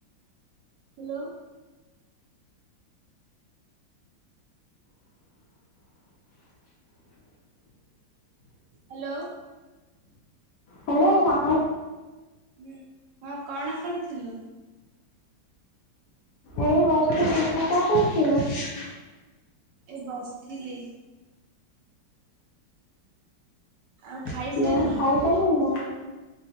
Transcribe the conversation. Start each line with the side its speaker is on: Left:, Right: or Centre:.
Right: ହାଲୋ। ହାଲୋ।
Left: ହାଲୋ ସ
Right: ହୁଁ ହଁ କଣ କରୁଥିଲୁ?
Left: ଏଇ ବସିଥିଲି ତୁ କଣ କରୁଛୁ?
Right: ଏ ବସିଥିଲି। ଆଉ ଖାଇସାରିଲୁଣି?
Left: <unintelligible> ଖାଇସାରିଲୁଣି ନା?